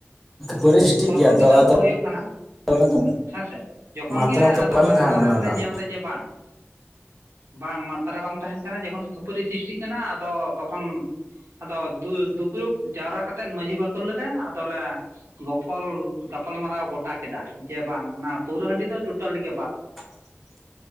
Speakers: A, in the centre; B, on the right.
A: ᱯᱚᱨᱤᱥᱴᱤᱠ
B: ᱛᱚᱨᱠᱚ
A: ᱜᱮᱭᱟ ᱛᱚ
B: ᱵᱤᱛᱚᱨᱠᱚ
A: ᱟᱫᱚ
B: ᱦᱩᱭᱩᱜ ᱠᱟᱱᱟ᱾
A: ᱚᱱᱟ ᱫᱚ
B: ᱦᱮᱸ ᱥᱮ ᱡᱚᱠᱷᱚᱱ
A: ᱢᱟᱛᱨᱟ
B: ᱜᱮ
A: ᱛᱚ
B: ᱟᱫᱚ
A: ᱵᱟᱝ
B: ᱵᱟᱨᱮ
A: ᱛᱟᱦᱮᱱᱟ
B: ᱵᱟᱨᱮ
A: ᱚᱱᱟ ᱨᱮᱱᱟᱜ
B: ᱞᱮ ᱧᱮᱞᱫᱟ
A: ᱫᱚ
B: ᱡᱮ ᱵᱟᱝ᱾ ᱵᱟᱝ ᱢᱟᱛᱨᱟ ᱵᱟᱝ ᱛᱟᱸᱦᱮᱱ ᱠᱟᱱᱟ ᱡᱚᱠᱷᱚᱱ ᱠᱷᱟᱹᱯᱟᱹᱨᱤ ᱥᱨᱤᱥᱴᱤᱜ ᱠᱟᱱᱟ ᱟᱫᱚ ᱛᱚᱠᱷᱚᱱ᱾ ᱟᱫᱚ ᱫᱩ-ᱫᱩᱯᱲᱩᱵ ᱡᱟᱣᱨᱟ ᱠᱟᱛᱮᱫ ᱢᱟᱺᱡᱷᱤ ᱵᱟᱠᱷᱳᱞ ᱨᱮ ᱟᱫᱚᱞᱮ ᱜᱚᱯᱚᱞ ᱜᱟᱯᱟᱞᱢᱟᱨᱟᱣ ᱜᱚᱴᱟ ᱠᱮᱫᱟ ᱡᱮ ᱵᱟᱝ ᱚᱱᱟ ᱯᱟᱹᱣᱨᱟᱹ ᱦᱟᱺᱰᱤ ᱫᱚ ᱴᱳᱴᱟᱞᱤ ᱜᱮ ᱵᱟᱫ᱾
A: <inaudible>